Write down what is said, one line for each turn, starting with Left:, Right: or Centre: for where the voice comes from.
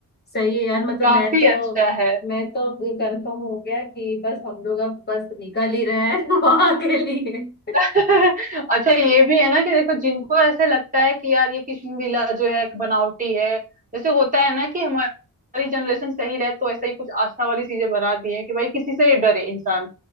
Left: सही है यार मतलब
Right: काफी
Left: मैं तो
Right: अच्छा है
Left: मैं तो कंफर्म हो गया कि बस हम लोग अब बस निकल ही रहे हैं <laughs> वहां के लिए
Right: <laughs> अच्छा ये भी है ना कि देखो जिनको ऐसे लगता है कि यार ये कृष्ण लीला जो है एक बनावटी है जैसे होता है ना कि हमारी जनरेशन सही रहे तो ऐसा ही कुछ आस्था वाली चीजें बना दी है कि भाई किसी से डरे इंसान